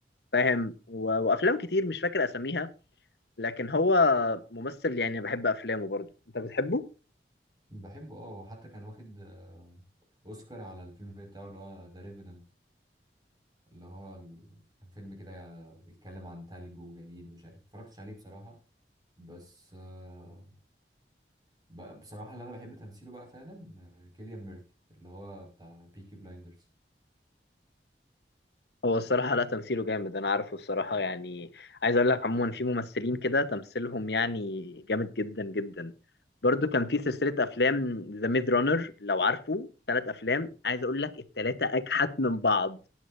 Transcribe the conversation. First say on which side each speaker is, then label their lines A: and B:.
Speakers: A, on the left; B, on the right.
A: فاهم و- وأفلام كتير مش فاكر أساميها لكن هو ممثل يعني بحب أفلامه برضو أنت بتحبه؟
B: بحبه اه وحتى كان واخد آه، اوسكار على الفيلم بتاعه اللي هو ذا ريفينانت اللي هو ال- كان فيلم كده بيتكلم عن تلج وجليد ومش عارف متفرجتش عليه بصراحة بس آه، ب- بصراحة اللي أنا بحب تمثيله بقى فعلا آه، كيليان ميرفي اللي هو بتاع بيكي بلايندرز
A: هو الصراحة لا تمثيله جامد أنا عارفه الصراحة يعني عايز أقول لك عموما في ممثلين كده تمثيلهم يعني جامد جدا جدا برضو كان في سلسلة أفلام ذا ميد رانر لو عارفه ثلاث أفلام عايز أقول لك التلاتة أجحت من بعض